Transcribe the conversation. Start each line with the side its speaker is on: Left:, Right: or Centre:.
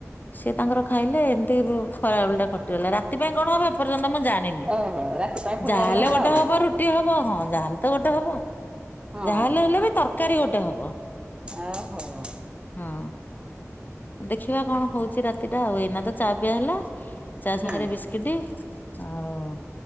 Left: ସେିଏ ତାଙ୍କର ଖାଇଲେ ଏମିତି ଖରା ବେଲା ଟା କଟିଗଲା। ର ରାତି ପାଇଁ କଣ? ହବ ଏପର୍ଯ୍ୟନ୍ତ ମୁଁ ଜାଣିନି
Right: ଓହୋ ରାତି ପାଇଁ ପୁଣି
Left: ଯାହା
Right: ଯାହେଲେ
Left: ହେଲେ ଗୋଟେ
Right: ଆଉ
Left: ହବ ରୁ ରୋଟି ହବ ହଁ ଯାହାହେଲେ ତ ଗୋଟେ ହବ।
Right: ହଁ
Left: ଯାହାହେଲେ ହେଲେ ବି ତରକାରୀ ଗୋଟେ ହବ
Right: ଓହୋ
Left: ହଁ। ଦେଖିବା କଣ ହଉଛି ରାତିଟା ଆଉ ଏଇନା ତ ଚା ପିୟା ହେଲା ଚା ସାଙ୍ଗରେ
Right: ହୁଁ
Left: ବିସ୍କୁଟ। କେତେ ଆଉ।